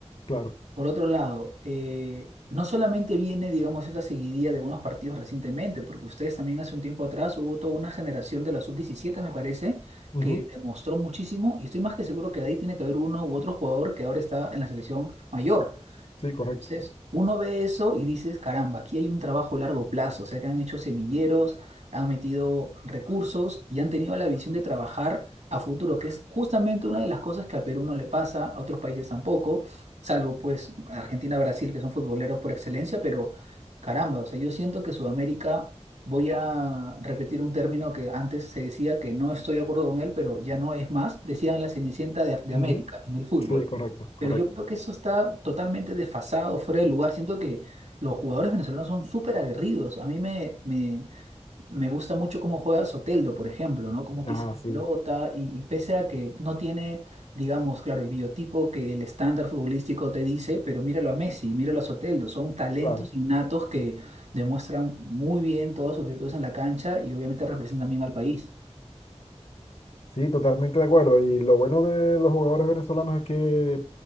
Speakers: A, on the left (about 60°); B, on the right (about 80°).
A: claro.
B: Por otro lado, eh, no solamente viene, digamos, esta seguidilla de buenos partidos recientemente, porque ustedes también hace un tiempo atrás hubo toda una generación de la sub diecisiete, me parece,
A: Ujú,
B: que demostró muchísimo, y estoy más que seguro que de ahí tiene que haber uno u otro jugador que ahora está en la selección mayor.
A: Sí, correcto.
B: Entonces, uno ve eso y dices, caramba, aquí hay un trabajo a largo plazo, o sea que han hecho semilleros, han metido recursos y han tenido la visión de trabajar a futuro, que es justamente una de las cosas que a Perú no le pasa, a otros países tampoco, salvo pues Argentina, Brasil, que son futboleros por excelencia, pero caramba, o sea, yo siento que Sudamérica, voy a repetir un término que antes se decía que no estoy de acuerdo con él, pero ya no es más, decían la Cenicienta de de
A: Ujú,
B: América en el fútbol.
A: Sí, correcto, correcto.
B: Pero yo creo que eso está totalmente desfasado, fuera de lugar. Siento que los jugadores venezolanos son súper aguerridos. A mí me, me, me gusta mucho cómo juega Soteldo, por ejemplo, ¿no? Cómo
A: Ah,
B: pisa la
A: sí,
B: pelota y, y pese a que no tiene, digamos, claro, el biotipo que el estándar futbolístico te dice, pero míralo a Messi, míralo a Soteldo. Son talentos
A: claro.
B: innatos que demuestran muy bien todas sus virtudes en la cancha y obviamente representan bien al país.
A: Sí, totalmente de acuerdo. Y lo bueno de los jugadores venezolanos es que,